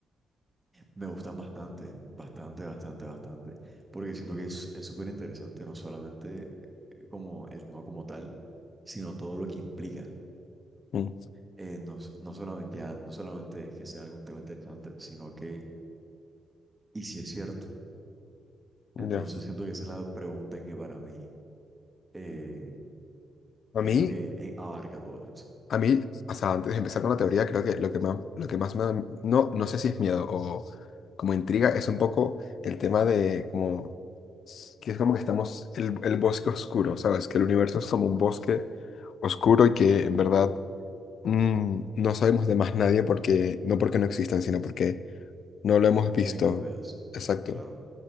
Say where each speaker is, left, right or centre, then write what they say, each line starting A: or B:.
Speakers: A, on the right; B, on the left.
A: Me gustan bastante, bastante, bastante, bastante, porque siento que es es súper interesante no solamente eh, como el tema como tal, sino todo lo que implica.
B: Mm,
A: Eh, no, s- no solamente, ya, no solamente es que sea algún tema interesante, sino que, y si es cierto,
B: ya.
A: entonces siento que esa es la pregunta que para mí eh,
B: A
A: es
B: mí...
A: lo que eh, abarca todo eso.
B: A mí, o sea, antes de empezar con la teoría, creo que lo que más, lo que más me da, no, no sé si es miedo o como intriga, es un poco el tema de como, que es como que estamos, el, el bosque oscuro, ¿sabes? Que el universo es como un bosque oscuro y que en verdad mm, no sabemos de más nadie porque, no porque no existan, sino porque no lo hemos
A: No quieren
B: visto.
A: que lo veas,
B: Exacto.
A: claro.